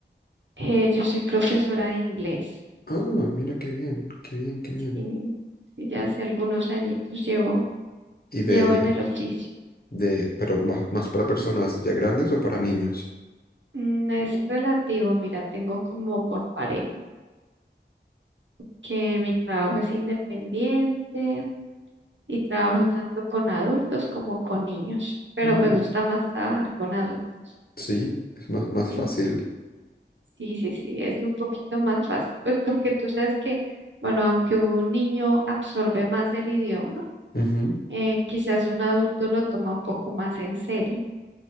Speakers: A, on the right; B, on the left.
A: Eh, yo soy profesora de inglés
B: Ah, mira qué bien, qué bien, qué bien.
A: y, y ya hace algunos añitos llevo,
B: y
A: llevo
B: de,
A: en el oficio.
B: de, pero más, más para personas ya grandes o para niños.
A: Mm, Es relativo, mira, tengo como por parejo que mi trabajo es independiente y trabajo tanto con adultos como con niños, pero
B: Mm.
A: me gusta más trabajar con adultos.
B: Sí, es más, más
A: Sí,
B: fácil.
A: sí, sí, sí, es un poquito más fácil, pues porque tú sabes que, bueno, aunque un niño absorbe más el idioma,
B: Ujú,
A: eh, quizás un adulto lo toma un poco más en serio.